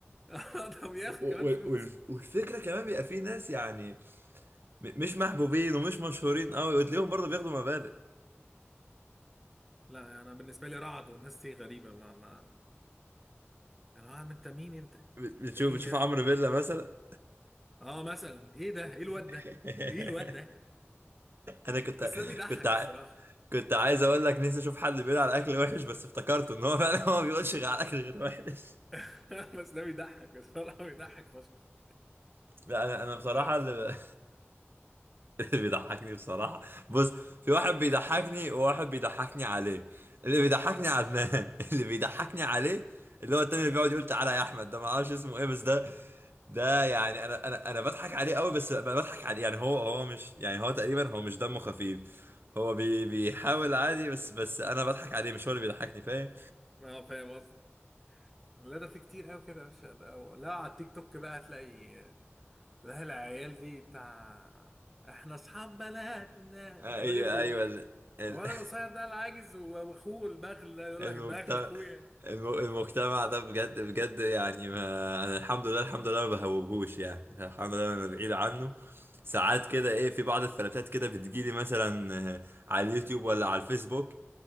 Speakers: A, in the centre; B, on the right (about 55°).
A: آه، ده وبياخد
B: و- و-
A: كمان فلوس
B: والف- والفكرة كمان بيبقى في ناس يعني م- مش محبوبين ومش مشهورين قوي وتلاقيهم برضه بياخدوا مبالغ
A: لا انا بالنسبه لي رعد والناس دي غريبه ما ما انا عم انت مين انت
B: بتشوف
A: انت ايه
B: بتشوف
A: يعني
B: عمرو فيلا مثلا
A: اه مثلا ايه ده ايه الواد
B: <laughs>
A: ده ايه الواد ده
B: انا كنت
A: بس ده بيضحك
B: كنت ع...
A: الصراحه
B: كنت عايز اقول لك نفسي اشوف حد بيقول على اكل وحش بس افتكرت ان هو فعلا هو ما بيقولش غير على اكل غير وحش
A: <laughs> بس ده بيضحك الصراحه بيضحك فشخ
B: لا انا انا بصراحه
A: لا
B: اللي <laughs> بيضحكني بصراحة بص في واحد بيضحكني وواحد بيضحكني عليه اللي بيضحكني عدنان <laughs> اللي بيضحكني عليه اللي هو التاني اللي بيقعد يقول تعالى يا احمد ده ما اعرفش اسمه ايه بس ده ده يعني انا انا انا بضحك عليه قوي بس ب- بضحك عليه يعني هو هو مش يعني هو تقريبا هو مش دمه خفيف هو بي بيحاول عادي بس بس انا بضحك عليه مش هو اللي بيضحكني فاهم
A: اه فاهم قصدي لا ده في كتير قوي كده يا باشا ده هو. لا على التيك توك بقى هتلاقي لا العيال دي بتاع احنا اصحاب بلدنا
B: آه،
A: الراجل
B: ايوه
A: ال...
B: ايوه ال... ال...
A: هو
B: <laughs>
A: انا القصير ده العاجز و- واخوه البخل ده يقول
B: المجتمع
A: لك البخل اخويا
B: الم- المجتمع ده بجد بجد يعني ما انا الحمد لله الحمد لله ما بهوبهوش يعني الحمد لله انا بعيد عنه ساعات كده ايه في بعض الفلاتات كده بتجيلي مثلا آه، على اليوتيوب ولا على الفيسبوك